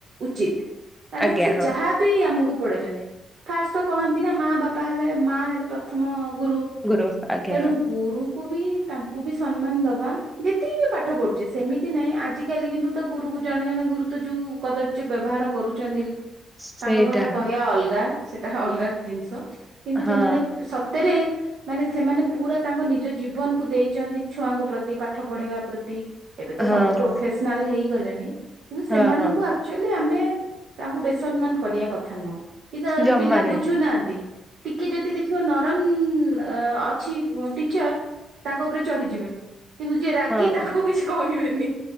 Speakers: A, on the right; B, in the centre.
A: ଉଚିତ୍। କାରଣନା
B: ଆଜ୍ଞା
A: ସେ
B: ହଁ
A: ଯାହା ବିି ଆମକୁ ପଡେଇଛନ୍ତି ଫାଷ୍ଟ ତ କହନ୍ତି ନା ମା ବାପା ହେଲେ ମା ହେଲେ ପ୍ରଥମ ଗୁରୁ।
B: ଗୁରୁ ଆଜ୍ଞା
A: ତେଣୁ
B: ହଁ।
A: ଗୁରୁ ଙ୍କୁ ବି ତାଙ୍କୁ ବି ସମ୍ନାନ ଦେବା। ଯେତିକି ବି ପାଠ ପଢୁଛେ ସେମିତି ନହିଁ ଆଜି କାଲି କିନ୍ତୁ ତ ଗୁରୁ ହୁଗୁ ଜଣେ ଜଣେ ଗୁରୁ ତ ଯୋଉ କଦର୍ଯ୍ୟ ବ୍ୟବହାର କରୁଛନ୍ତି
B: ସେଇଟା
A: ତାଙ୍କ କଥା କହିବା ଅଲଗା, ସେଟା ଅଲଗା ଜିନିଷ କିନ୍ତୁ
B: ହଁ
A: ଯୋଉମାନେ ସତରେ ମାନେ ସେମାନେ ପୁରା ତାଙ୍କ ନିଜ ଜୀବନକୁ ଦେଇଛନ୍ତି ଛୁଆଙ୍କ ପ୍ରତି ପାଠ ପଢେଇବା ପ୍ରତି ଏବେ ତ
B: ହଁ
A: ସବୁ ପ୍ରଫେସନାଲ
B: ହଁ
A: ହେଇଗଲେଣି କିନ୍ତୁ ସେମାନଙ୍କୁ
B: ହଁ ହଁ
A: ଆକଚୁଆଲି ଆମେ ତାଙ୍କୁ ବେସନ୍ମାନ କରିବା କଥା ନୁହଁ କିନ୍ତୁ
B: ଜମା
A: ପିଲା
B: ନାହିଁ
A: ବୁଝୁନାହାନ୍ତି। ଟିକେ ଯଦି ଦେଖିବ ନରମ ଅ ଅଛି ଟିଚର ତାଙ୍କ ଉପରେ ଚଢିଯିବେ। କିନ୍ତୁ ଯିଏ ରାଗି
B: ହଁ
A: ତାକୁ
B: ହଁ
A: କିଛି କହିବେନି।